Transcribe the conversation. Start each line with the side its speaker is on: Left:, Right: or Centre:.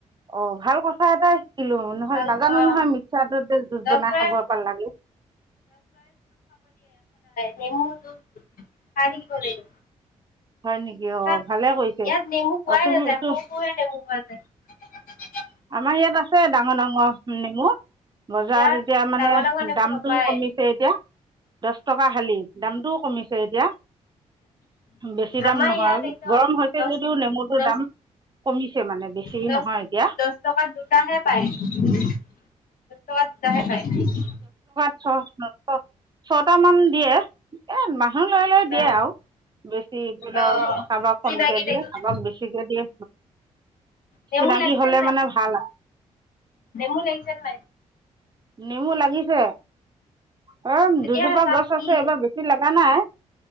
Right: অ ভাল কথা কথা এটা শি- কিলো নহয়
Left: ভাল
Right: নাজানো
Left: অ
Right: নহয় মিক্সাৰটোত যে জুচ
Left: ডক্তৰে
Right: বনাই খাব পা লাগে
Left: মেমু জুচ খাই থাকিব লাগিব
Right: হয় নেকি অ'
Left: তাত,
Right: ভালে কৰিছে
Left: ইয়াত নেমু পোৱাই
Right: অ' তুমি
Left: নাযায়।
Right: তো
Left: সৰু সৰুহে নেমু পোৱা যায়।
Right: আমাৰ ইয়াত আছে, ডাঙৰ ডাঙৰ নেমু। বজাৰত
Left: ইয়াত
Right: এতিয়া মানে,
Left: ডাঙৰ ডাঙৰ নেমু
Right: দামটোও
Left: নাপায়
Right: কমিছে এতিয়া। দহ টকা খালি, দামটোও কমিছে এতিয়া। বেছি দাম
Left: আমাৰ
Right: নহয়,
Left: ইয়াত একদম
Right: গৰম হৈছে
Left: দহ
Right: যদিও নেমুটোৰ
Left: দহ
Right: দাম কমিছে মানে, বেছি
Left: দহ
Right: নহয় এতিয়া।
Left: দহ টকাত দুটাহে পায়। <unintelligible> <unintelligible>
Right: <unintelligible> ছটা মান দিয়ে। এ মানুহ লৈ লৈ দিয়ে
Left: অ
Right: আৰু, বেছি ধৰি লওক,
Left: অ
Right: কাৰোবাক
Left: চিনাকি
Right: কমকে দিয়ে,
Left: দেখিছে
Right: কাৰোবাক বেছিকে দিয়ে।
Left: নেমু
Right: চিনাকি
Left: লাগিছে
Right: হ'লে
Left: নাই
Right: মানে ভাল আৰু।
Left: নেমু লাগিছে নে নাই?
Right: নেমু লাগিছে। ‌ অ'
Left: এতিয়া
Right: দুজোপা
Left: তাত
Right: গছ
Left: কি
Right: আছে, এইবাৰ বেছি লগা নাই।